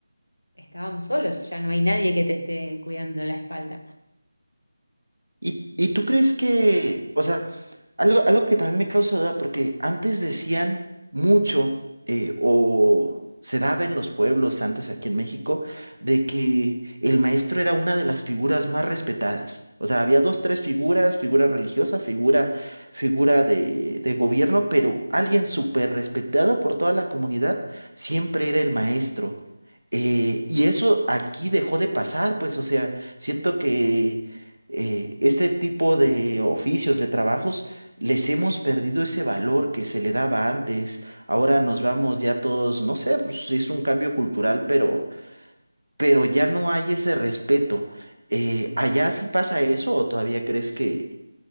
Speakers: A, on the left; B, on the right.
A: estábamos solos, ya no hay nadie que te esté cuidando la espalda.
B: ¿Y, y tú crees que, o sea, algo, algo que también me causa duda, porque antes decían mucho, eh, o se daba en los pueblos antes aquí en México, de que el maestro era una de las figuras más respetadas. O sea, había dos, tres figuras, figura religiosa, figura, figura de, de gobierno, pero alguien súper respetado por toda la comunidad siempre era el maestro. Eh, y eso aquí dejó de pasar, pues, o sea, siento que eh, este tipo de oficios, de trabajos, les hemos perdido ese valor que se le daba antes. Ahora nos vamos ya todos, no sé, pues es un cambio cultural, pero, pero ya no hay ese respeto. Eh, ¿allá sí pasa eso o todavía crees que,